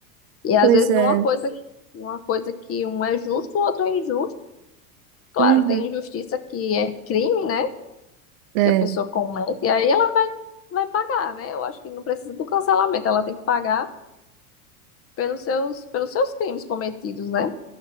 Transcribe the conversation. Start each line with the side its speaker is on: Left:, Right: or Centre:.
Left: E às
Right: Pois
Left: vezes
Right: é.
Left: numa coisa, numa coisa que um é justo, o outro é injusto. Claro,
Right: Uhum.
Left: tem injustiça que é crime, né?
Right: É.
Left: Que a pessoa comete, e aí ela vai, vai pagar, né? Eu acho que não precisa do cancelamento, ela tem que pagar pelos seus, pelos seus crimes cometidos, né?